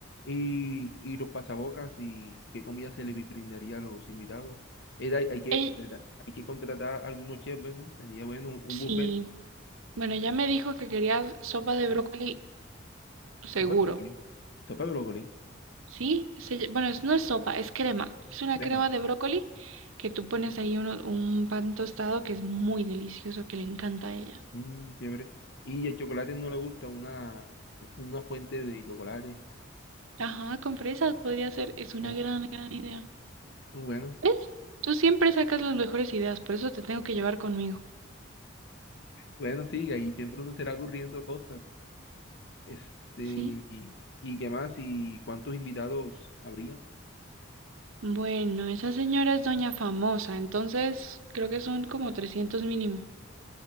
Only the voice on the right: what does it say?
Ey,
sí.
Bueno, ya me dijo que quería sopa de brócoli seguro.
¿Sí? Se ll- bueno, es- no es sopa, es crema. Es una
crema de brócoli que tú pones ahí uno- un pan tostado que es muy delicioso, que le encanta a ella.
Ajá, con fresas podría ser. Es una
gran, gran idea.
¿Ves? Tú siempre sacas las mejores ideas, por eso te tengo que llevar conmigo.
Sí,
Bueno, esa señora es doña famosa, entonces creo que son como 300 mínimo.